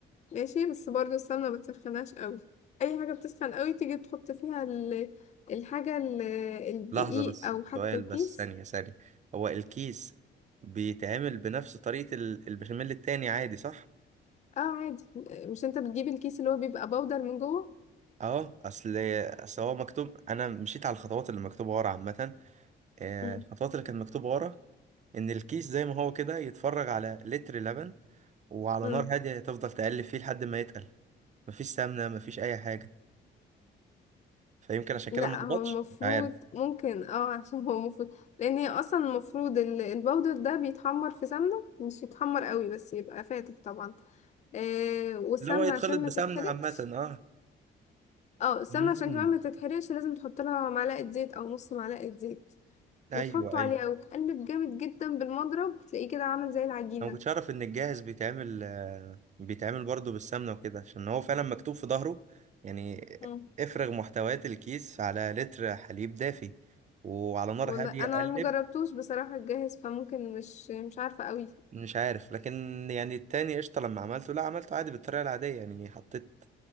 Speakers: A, on the left (about 35°); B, on the right (about 35°).
A: ماشي بس برضو السمنة ما تسخنهاش قوي اي حاجة بتسخن قوي تيجي تحط فيها ال- الحاجة ال- الدقيق
B: لحظة بس
A: او حتى
B: سؤال
A: الكيس
B: بس ثانية ثانية هو الكيس بيتعمل بنفس طريقة ال- البشاميل التاني عادي صح؟
A: اه عادي مش انت بتجيب الكيس اللي هو بيبقى بودر من جوه
B: اه اصل اصل هو مكتوب انا مشيت على الخطوات اللي مكتوبة ورا عامة آه،
A: مم.
B: الخطوات اللي كانت مكتوبة ورا ان الكيس زي ما هو كده يتفرج على لتر لبن وعلى
A: مم.
B: نار هادية تفضل تقلب فيه لحد ما يتقل مفيش سمنة مفيش أي حاجة فيمكن عشان
A: لا
B: كده ما ظبطش
A: هو المفروض
B: مش عارف
A: ممكن اه <laughs> عشان هو المفروض لان هي اصلا المفروض ال- البودر ده بيتحمر في سمنة مش يتحمر قوي بس يبقى فاتح طبعا آه والسمنة
B: اللي هو يتخلط
A: عشان
B: بسمنة
A: ما تتحرقش
B: عامة اه
A: اه السمنة
B: مم.
A: عشان كمان ما تتحرقش لازم تحط لها معلقة زيت او نص معلقة زيت وتحطه
B: أيوه أيوه
A: عليه وتقلب جامد جدا بالمضرب تلاقيه كده عامل زي العجينة
B: انا ما كنتش اعرف ان الجاهز بيتعمل آه، بيتعمل برضه بالسمنه وكده عشان هو فعلا مكتوب في ظهره يعني
A: مم.
B: افرغ محتويات الكيس على لتر حليب دافي وعلى نار
A: والله
B: هاديه
A: انا
B: قلب
A: مجربتوش بصراحة الجاهز فممكن مش مش عارفة قوي
B: مش عارف لكن يعني التاني قشطه لما عملته لا عملته عادي بالطريقه العاديه يعني حطيت